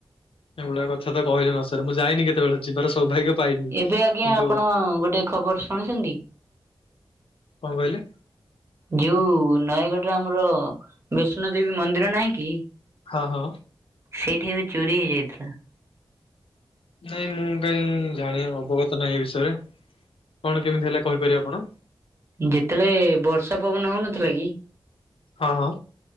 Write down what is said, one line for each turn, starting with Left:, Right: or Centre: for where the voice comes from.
Left: ଏଇଭଳିଆ କଥା ତ କହିଲେ ନା ସରେ। ମୁଁ ଯାଇନି କେତେବେଳେ ଯିବାର ସୌଭାଗ୍ୟ ପାଇନି
Right: ଏବେ ଆଜ୍ଞା
Left: କିନ୍ତୁ
Right: ଆପଣ ଗୋଟେ ଖବର ଶୁଣିଛନ୍ତି?
Left: କଣ କହିଲେ?
Right: ଯୋଉ ନୟାଗଡରେ ଆମର ବିଷ୍ଣୁ ଦେବୀ ମନ୍ଦିର ନାହିଁ କି?
Left: ହଁ ହଁ
Right: ସେଇଠି ଏବେ ଚୋରି ହେଇଯାଇଥିଲା।
Left: ନାଇଁ ମୁଁ କାଇଁ ଜାଣି ଅବଗତ ନାହିଁ ଏ ବିଷୟରେ। କଣ କେମିତି ହେଲେ କହିପାରିବେ ଆପଣ?
Right: ଯେତେବେଳେ ବର୍ଷା ପବନ ହୋଉନଥିଲା କି?
Left: ହଁ ହଁ।